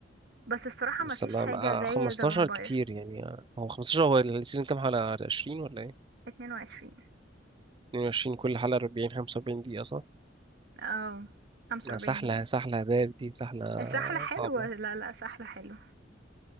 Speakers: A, on the right; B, on the right.
A: بس الصراحة
B: بس
A: ما فيش
B: ما
A: حاجة
B: ما-
A: زي
B: 15
A: ذا فامباير
B: كتير يعني هو 15 هو السيزون كام حلقه 20 ولا ايه
A: 22
B: 22 كل حلقه 40 45 دقيقه صح
A: او 45
B: ما سحله
A: دقيقة
B: سحله يا باب دي سحله
A: سحلة حلوة
B: صعبه
A: لا لا سحلة حلوة